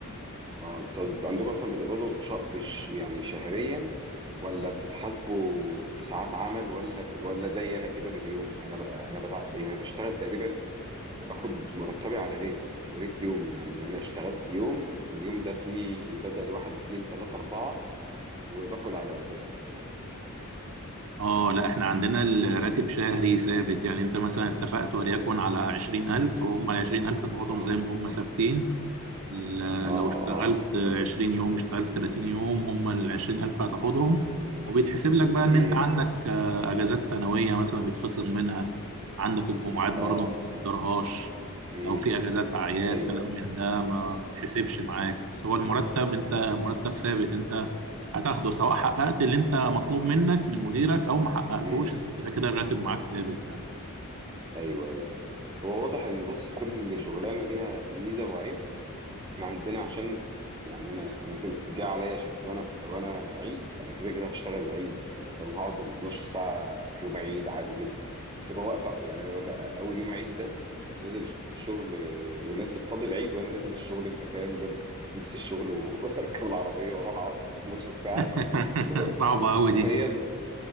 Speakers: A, on the right; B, on the right.
A: اه انتوا قصد- عندكم اصلا بتقبضوا ش... بش... يعني شهريا ولا بتتحاسبوا بساعات عمل ولا ولا زي انا كده باليوم انا ب... انا بتع... يعني بشتغل تقريبا باخد مرتبي على ريت ريت يومي يعني انا اشتغلت يوم اليوم ده فيه بدل واحد اتنين تلاتة اربعة وباخد على اساسه
B: اه لا احنا عندنا الراتب شهري ثابت يعني انت مثلا اتفقت وليكن على 20000 وهم ال 20000 هتقعدهم
A: اه
B: زي ما هم ثابتين ال-
A: اه
B: لو اشتغلت
A: اه
B: 20 يوم اشتغلت 30 يوم هم ال 20000 هتاخدهم وبيتحسب لك بقى ان
A: امم
B: انت عندك آه، اجازات سنويه مثلا بيتخصم منها عندك الجمعات برضه
A: اه
B: ما بتقدرهاش
A: امم
B: لو في اجازات اعياد
A: ايوه
B: كلام من ده ما بتتحسبش معاك بس هو المرتب انت مرتب ثابت انت هتاخده سواء حققت اللي انت مطلوب منك من مديرك او ما حققتوش
A: امم
B: انت كده كده الراتب معاك ثابت يعني
A: ايوه ايوه هو واضح ان بص كل شغلانه ليها ميزه وعيب احنا عندنا عشان يعني انا انا كده جه عليا شفت وانا في وانا عيد انا كده كده هشتغل العيد انت فاهم هقعد ال 12 ساعه في يوم عيد عادي جدا تبقى واقفه يعني انا ببقى اول يوم عيد ده نازل الشغل آه، والناس بتصلي العيد وانا نازل الشغل انت فاهم لابس لبس الشغل واركب <laughs> العربيه واروح اقعد 12 ساعه
B: <laughs>
A: ما بقى-
B: صعبه
A: حرفيا
B: قوي دي